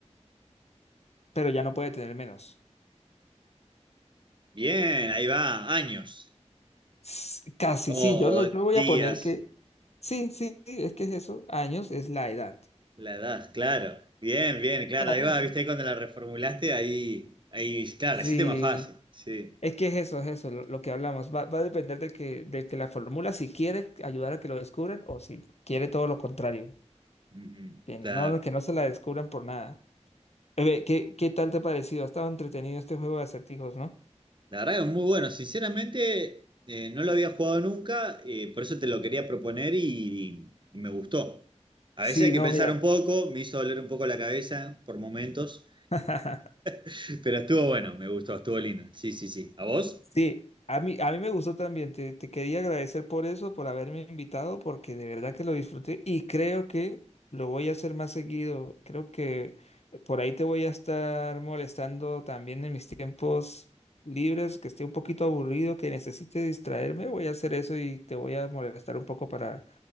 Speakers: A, on the left; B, on the right.
A: pero ya no puede tener menos.
B: Bien, ahí va, años.
A: S- Casi,
B: O
A: sí, yo, lo, yo voy
B: días,
A: a poner que... Sí, sí, sí, es que es eso. Años es la edad.
B: la edad, claro. Bien, bien, claro,
A: Claro.
B: ahí va, viste, ahí cuando la reformulaste, ahí, ahí, claro, la
A: Sí,
B: hiciste más fácil, sí.
A: es que es eso, es eso, lo, lo que hablamos. Va, va a depender de que, de que la fórmula, si quiere ayudar a que lo descubran o si quiere todo lo contrario,
B: Mm, mm,
A: que no,
B: Claro,
A: que no se la descubran por nada. A ver, ¿qué, qué tal te ha parecido? Ha estado entretenido este juego de acertijos, ¿no?
B: la verdad que es muy bueno, sinceramente, eh, no lo había jugado nunca, eh, por eso te lo quería proponer y, y me gustó. A
A: Sí,
B: veces hay que
A: no,
B: pensar
A: mira.
B: un poco, me hizo doler un poco la cabeza por momentos,
A: <laughs>
B: <laughs> pero estuvo bueno, me gustó, estuvo lindo. Sí, sí, sí. ¿A vos?
A: Sí, a mí, a mí me gustó también. Te, te quería agradecer por eso, por haberme invitado, porque de verdad que lo disfruté y creo que lo voy a hacer más seguido. Creo que por ahí te voy a estar molestando también en mis tiempos libres, que esté un poquito aburrido, que necesite distraerme. Voy a hacer eso y te voy a molestar un poco para,